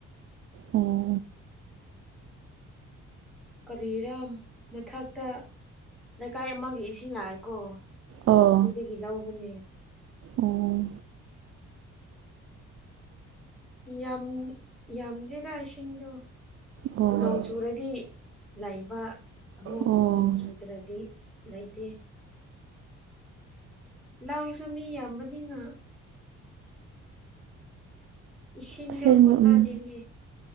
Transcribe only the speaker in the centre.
ꯀꯔꯤꯔꯝ ꯃꯊꯛꯇ ꯂꯩꯀꯥꯏ ꯑꯃꯒꯤ ꯏꯁꯤꯡ ꯂꯥꯛꯑꯦꯀꯣ
ꯑꯗꯨ ꯇꯨꯗ ꯀꯂꯥꯑꯣꯕꯅꯦ
ꯌꯥꯝ ꯌꯥꯝꯗꯦꯗ ꯏꯁꯤꯡꯗꯣ
ꯅꯣꯡ ꯆꯨꯔꯗꯤ ꯂꯩꯕ ꯑꯃꯨꯛ
ꯅꯣꯡ ꯆꯨꯗ꯭ꯔꯗꯤ ꯂꯩꯇꯦ ꯂꯥꯛꯁꯨ ꯃꯤ ꯌꯥꯝꯕꯅꯤꯅ ꯏꯁꯤꯡꯗꯣ
ꯀꯅꯥꯗꯤꯅꯤ